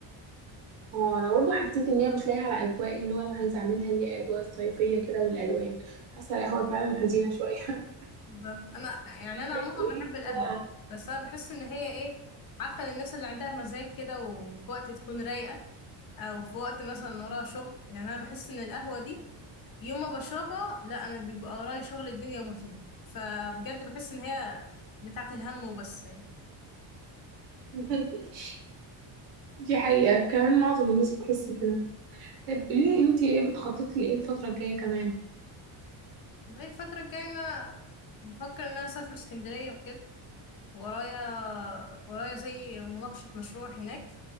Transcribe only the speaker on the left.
بالظبط انا يعني انا عموما
بحب
القهوه
بس انا بحس ان هي ايه عارفه الناس اللي عندها مزاج كده وفي وقت تكون رايقه او في وقت مثلا وراها شغل يعني انا بحس ان القهوه دي يوم ما بشربها لا انا بيبقى ورايا شغل الدنيا وما فيها فبجد بحس ان هي بتاعت الهم وبس يعني
بقى الفتره الجايه انا بفكر ان انا اسافر اسكندريه وكده ورايا ورايا زي مناقشه مشروع هناك